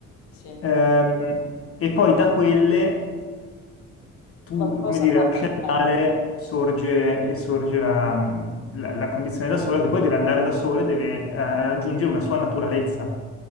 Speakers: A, on the left (about 65°); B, on the left (about 40°).
A: sì.
B: Ehm, e poi da quelle tu,
A: Qualcosa
B: come dire,
A: fa
B: lasci
A: per te.
B: andare e sorge, e sorge la, la- la condizione da sola, che poi deve andare da sola e deve eh, raggiungere una sua naturalezza.